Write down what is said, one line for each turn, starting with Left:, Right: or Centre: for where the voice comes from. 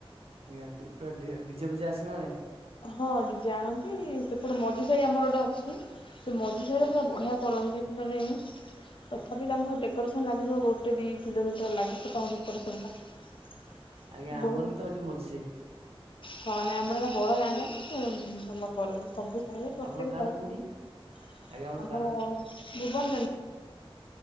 Right: ଆଜ୍ଞା ପୁରା ଡିଜେ ଫିଜେ ଆସେନା ନାଇଁ
Left: ହଁ ଡିଜେ ଆଣନ୍ତି ସେପଟେ ମଝି ସାହି ଆମର ଗୋଟେ ଅଛି। ସେ ମଝି ସାହି ରେ ପୁରା ବଢିଆ କରନ୍ତି ସେମାନେ ତଥାପି ତାଙ୍କ ଡେକୋରେସନ ଲାଗିଥିବ ଗୋଟେ ଦି କିଲୋମିଟର ଲାଗିଥିବ ତାଙ୍କ ଡେକୋରେସନ ଟା
Right: ଆଜ୍ଞା ଆମର
Left: ବହୁତ
Right: ବି ତ ଯୋଉ ମଝି ସାହି।
Left: ହଁ ନାଇ ଆମର <unintelligible> ଯାଆନ୍ତା ନା ସେ ଭଲ କରନ୍ତି। ସବୁ ସାଇରେ
Right: ଆଉ
Left: ପ୍ରତ୍ୟେକ
Right: ଆପଣଙ୍କ ଗାଁ
Left: ସାଇରେ
Right: ଟା କୋଉଠି? ଆଜ୍ଞା ଆପଣଙ୍କ
Left: ଆମର ଭୁବନ ଯେମିତି